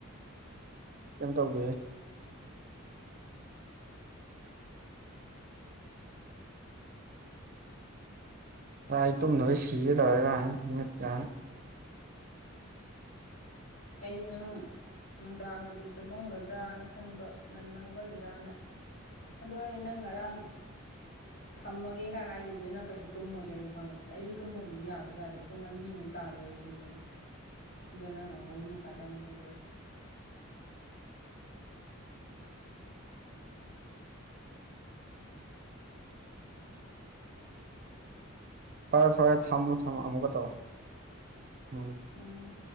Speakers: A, on the right; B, on the left.
A: ꯀꯩꯝ ꯇꯧꯗꯣꯏꯏ ꯑꯩ ꯇꯨꯝꯗꯅꯕ ꯁꯤꯔꯒꯠꯇ
B: ꯑꯩꯗꯤ ꯅꯪ ꯅꯨꯡꯗꯥꯡꯗꯨꯗꯤ ꯇꯨꯝꯃꯝꯒꯗ꯭ꯔꯅ ꯈꯟꯕ ꯉꯟꯅ ꯍꯧꯒꯂꯤꯔꯅ ꯑꯗꯣ ꯑꯩꯅ ꯉꯔꯥꯡ ꯊꯝꯃꯒꯦꯒ ꯍꯥꯏꯈꯤꯕꯗꯣ ꯅꯪ ꯀꯩꯁꯨ ꯇꯨꯝꯃꯣꯏ ꯀꯩꯁꯨ ꯈꯪꯉꯦ ꯑꯩꯁꯨ ꯇꯨꯝꯕꯕꯨꯗꯤ ꯌꯥꯕꯗꯤ ꯌꯥꯗꯦ ꯄꯨꯡ ꯑꯅꯤꯃꯨꯛ ꯇꯥꯗꯣꯔꯦ ꯇꯨꯝꯅ ꯑꯗꯣ ꯅꯪꯅ ꯑꯃꯨꯛ ꯃꯔꯤ ꯃꯈꯥꯏꯗ ꯑꯃꯨꯛ ꯍꯧꯗꯣꯔꯦ
A: ꯐꯔꯦ ꯐꯔꯦ ꯊꯝꯃꯣ ꯊꯝꯃꯣ ꯑꯃꯨꯛꯀ ꯇꯧꯔꯣ ꯎꯝ
B: ꯎꯝ